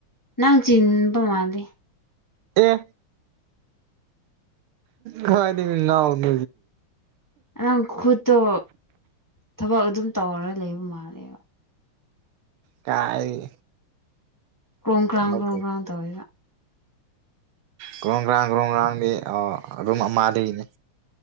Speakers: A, on the left (about 15°); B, on the right (about 80°).
A: ꯅꯪ ꯆꯤꯟꯕ ꯃꯥꯜꯂꯤ
B: ꯑꯦ ꯀꯥꯏꯗꯥꯏꯗꯩ ꯉꯥꯎ <unintelligible>
A: ꯅꯪ ꯈꯨꯠꯇꯣ ꯊꯕꯛ ꯑꯗꯨꯝ ꯇꯧꯔꯒ ꯂꯩ ꯃꯥꯜꯂꯦꯕ
B: ꯀꯥꯏꯗꯒꯤ
A: ꯀ꯭ꯔꯣꯡ ꯀ꯭ꯔꯥꯡ
B: ꯊꯕꯛ
A: ꯀ꯭ꯔꯣꯡ ꯀ꯭ꯔꯥꯡ ꯇꯧꯋꯦꯕ
B: ꯒ꯭ꯔꯣꯡ ꯒ꯭ꯔꯥꯡ ꯒ꯭ꯔꯣꯡ ꯒ꯭ꯔꯥꯡꯗꯤ ꯑꯥ ꯑꯗꯨꯝ ꯑꯃꯗꯩꯅꯤ